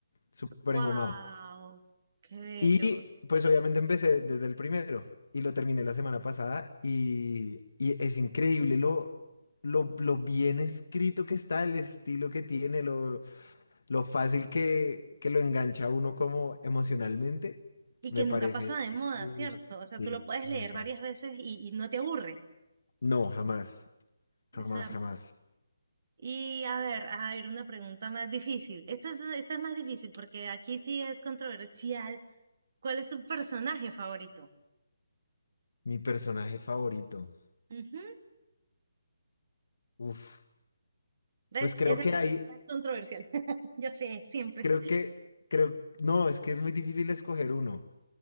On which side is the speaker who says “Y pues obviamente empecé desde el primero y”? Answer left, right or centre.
Left